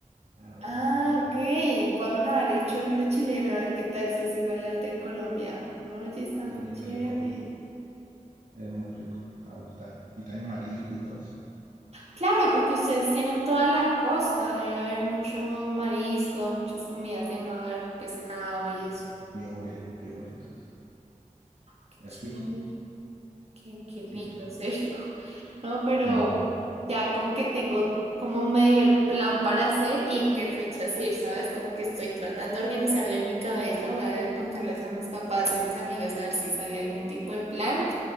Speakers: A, on the right; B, on the right.
A: Ah, bueno.
B: Ah,
A: Mm.
B: ok. Voy a probar el choclo chileno a ver qué tal si es igual al de Colombia. Oye, está
A: Sí,
B: muy
A: es
B: chévere.
A: rico. Es muy rico. Te va a gustar. Y también marisco y todo eso.
B: Claro, porque ustedes tienen toda la costa, debe haber mucho marisco, muchas comidas de mar, pescado y
A: Sí,
B: eso.
A: pues, piure, piure, todo eso.
B: Qué
A: Es
B: chévere.
A: rico,
B: Qué, qué rico,
A: muy rico.
B: en serio. <laughs> No, pero
A: Mm,
B: ya como que tengo como medio el plan para hacer y en qué fechas ir, ¿sabes? Como que estoy tratando de organizarle en mi cabeza. Voy a contarles a mis papás y a mis amigas a ver si sale algún tipo de plan